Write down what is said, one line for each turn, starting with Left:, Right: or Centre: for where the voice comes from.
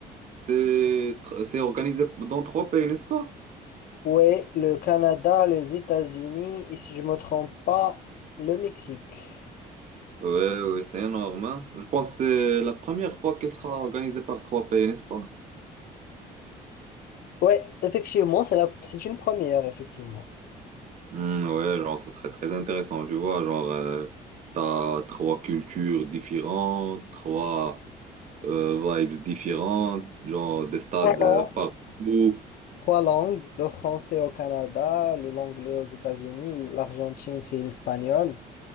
Right: c'est tr- c'est organisé dans trois pays, n'est-ce pas?
Left: Oui, le Canada, les États-Unis et si je me trompe pas, le Mexique.
Right: Ouais, ouais, c'est énorme. hein. Je pense que c'est la première fois qu'elle sera organisée par trois pays, n'est-ce pas?
Left: Ouais, effectivement, c'est la, c'est une première, effectivement.
Right: Hum, ouais, genre, ça serait très intéressant, tu vois. Genre, euh, t'as trois cultures différentes, trois euh, vibes différentes, genre des stades
Left: Trois langues.
Right: euh, partout.
Left: Trois langues, le français au Canada, le l'anglais aux États-Unis, l'Argentine, c'est l'espagnol.